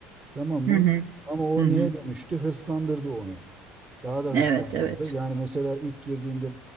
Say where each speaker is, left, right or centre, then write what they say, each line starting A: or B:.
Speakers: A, on the right; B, on the right.
A: Tamam mı?
B: hı hı,
A: Ama o
B: hı hı.
A: neye dönüştü? Hırslandırdı onu. Daha da hırslandı.
B: Evet, evet.
A: Yani mesela ilk girdiğinde